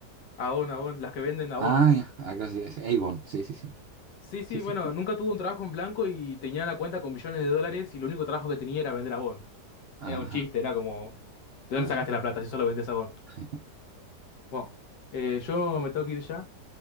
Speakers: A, on the left; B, on the right.
A: Avon, Avon, las que venden Avon.
B: ah, ya, acá sí, es Avon, sí, sí, sí,
A: Sí, sí,
B: sí, sí,
A: bueno, nunca tuvo un trabajo en blanco y tenía una cuenta con millones de dólares y el único trabajo que tenía era vender Avon.
B: ajá,
A: Era un chiste, era como, ¿de
B: claro.
A: dónde sacaste la plata si solo vendés Avon?
B: <laughs>
A: Bueno, eh, yo me tengo que ir ya,